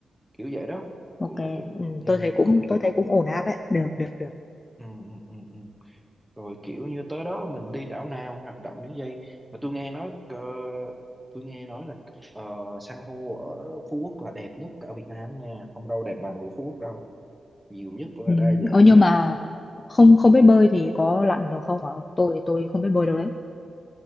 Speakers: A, in the centre; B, on the left.
A: kiểu vậy đó
B: ok
A: cũng nó cũng
B: Ừm,
A: ừ,
B: tôi thấy cũng
A: cũng
B: tôi thấy cũng ổn áp ấy được được được.
A: ừ, ừ, ừ, ừ. rồi kiểu như tới đó mình đi đảo nào hoạt động những gì mà tôi nghe nói ờ, tôi nghe nói là uh, san hô ở Phú Quốc là đẹp nhất cả Việt Nam nha không đâu đẹp bằng ở Phú Quốc đâu nhiều nhất và
B: ừ
A: đa dạng
B: Ờ nhưng
A: nhất
B: mà không không biết bơi thì có lặn được không hả? Tôi thì tôi không biết bơi đâu đấy.